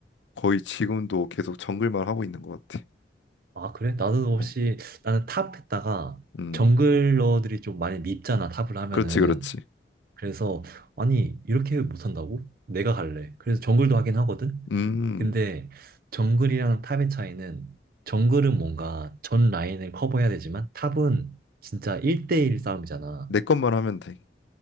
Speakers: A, on the left; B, on the right.
A: 거의 지금도 계속 정글만 하고 있는 것 같아.
B: 아, 그래? 나도 혹시
A: 어.
B: 나는 탑 했다가
A: 음.
B: 정글러들이 좀 많이 밉잖아, 탑을 하면은.
A: 그렇지, 그렇지.
B: 그래서 아니 이렇게 못한다고? 내가 갈래. 그래서 정글도 하긴 하거든.
A: 음.
B: 근데 정글이랑 탑의 차이는 정글은 뭔가 전 라인을 커버해야 되지만 탑은 진짜 1대1 싸움이잖아.
A: 내 것만 하면 돼.